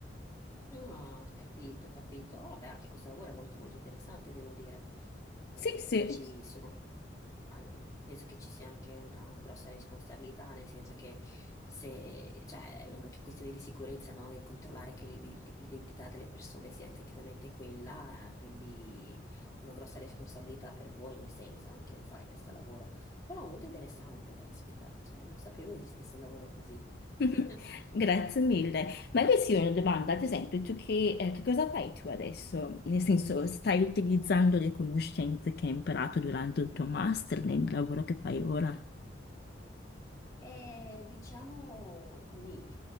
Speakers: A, on the left; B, on the left.
A: Ah, capito, capito. Ah, Vabbè, anche questo lavoro è molto molto interessante, devo dire. Eh,
B: Sì, sì.
A: ci sono, ah, penso che ci sia anche una grossa responsabilità, nel senso che se, cioè, è anche questione di sicurezza, no? Nel controllare che l'ident- l'identità delle persone sia effettivamente quella, eh, quindi una grossa responsabilità per voi, nel senso, anche nel fare questo lavoro. Però molto interessante, caspita, cioè, non sapevo esistesse un lavoro così.
B: <laughs>
A: <laughs>
B: Grazie mille. Ma questa è una domanda, ad esempio, tu che, eh, che cosa fai tu adesso? Nel senso, stai utilizzando le conoscenze che hai imparato durante il tuo master nel lavoro che fai ora?
A: Eh, diciamo nì,